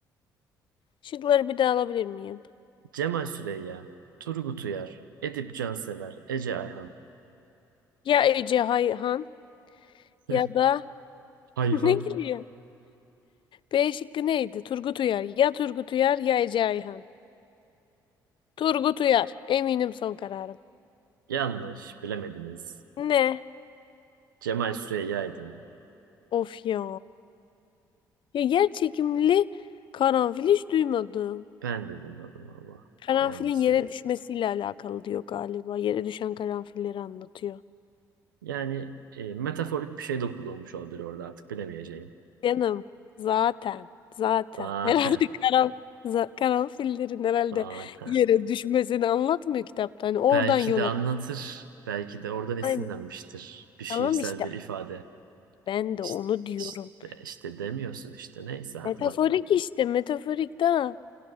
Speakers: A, on the left (about 50°); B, on the right (about 90°).
A: Şıkları bir daha alabilir miyim?
B: Cemal Süreyya, Turgut Uyar, Edip Cansever, Ece Ayhan.
A: Ya Ece Hayhan
B: <laughs>
A: ya da
B: Ayhan.
A: <laughs> ne gülüyor? B şıkkı neydi? Turgut Uyar. Ya Turgut Uyar ya Ece Ayhan. Turgut Uyar. Eminim son kararım.
B: Yanlış, bilemediniz.
A: Ne?
B: Cemal Süreyya'ydı.
A: Of ya. Ya yer çekimli karanfil hiç duymadım.
B: Ben de benim Allah.
A: Karanfilin
B: Ne yalan söyleyeyim.
A: yere düşmesiyle alakalı diyor galiba. Yere düşen karanfilleri anlatıyor.
B: Yani e, metaforik bir şey de kullanmış olabilir orada artık bilemeyeceğim.
A: Canım zaten zaten
B: Zaten,
A: <laughs> herhalde karan, za- karanfillerin herhalde
B: zaten.
A: yere düşmesini anlatmıyor kitapta. Hani oradan
B: Belki
A: yola.
B: de anlatır. Belki de oradan esinlenmiştir.
A: Aynen.
B: Bir şiirsel
A: Tamam işte
B: bir ifade.
A: ben de
B: İşte,
A: onu diyorum.
B: işte, işte demiyorsun işte. Neyse hadi
A: Metaforik
B: bakalım.
A: işte metaforik daha.